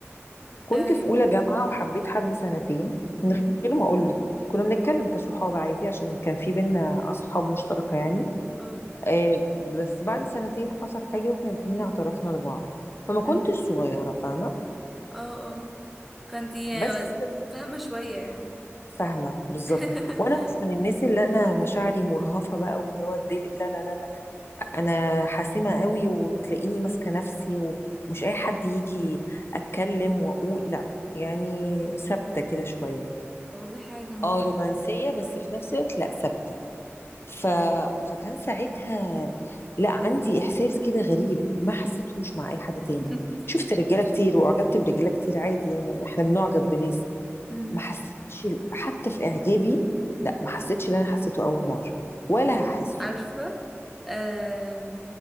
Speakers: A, on the left; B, in the centre.
A: كنت
B: آم،
A: في اولى جامعه وحبيت حد سنتين من
B: أم،
A: غير ما اقول له كنا بنتكلم كصحاب عادي عشان كان في بينا اصحاب مشتركه يعني
B: اه
A: آه بس بعد سنتين حصل حاجه واحنا الاثنين اعترفنا لبعض فما كنتش
B: أم،
A: صغيره فاهمه
B: اه اه فانتي
A: بس
B: آه، فاهمه شويه يعني
A: فاهمه بالظبط
B: <laughs>
A: وانا مش من الناس اللي انا مشاعري مرهفه بقى واللي هو الدل... لا لا لا لا انا حاسمه قوي وتلاقيني ماسكه نفسي ومش اي حد يجي اتكلم واقول لا يعني ثابته كده شويه
B: طب والله حاجه جامده
A: اه رومانسيه بس في نفس الوقت لا ثابته ف... فكان ساعتها لا عندي احساس كده غريب ما حسيتهوش مع اي حد تاني
B: <laughs>
A: شفت رجاله كتير واعجبت برجاله كتير عادي يعني احنا بنعجب بناس
B: أم،
A: ما حسيتش حتى في اعجابي لا ما حسيتش اللي انا حسيته اول مره ولا هحسه
B: عارفه آم،